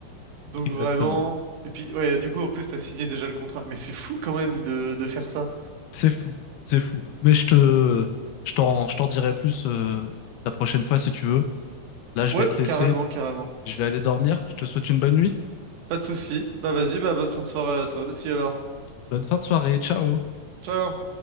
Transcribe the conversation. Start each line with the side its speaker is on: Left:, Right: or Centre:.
Right: Donc
Left: exactement.
Right: vraiment. Et puis ouais, du coup en plus t'as signé déjà le contrat. Mais c'est fou quand même de, de faire ça.
Left: C'est fou, c'est fou. Mais je te, je t'en, je t'en dirai plus euh, la prochaine fois si tu veux. Là, je
Right: Ouais,
Left: vais te laisser.
Right: carrément, carrément.
Left: Je vais aller dormir. Je te souhaite une bonne nuit.
Right: Pas de souci. Bah vas-y, bah bonne fin de soirée à toi aussi alors.
Left: Bonne fin de soirée. Ciao.
Right: Ciao.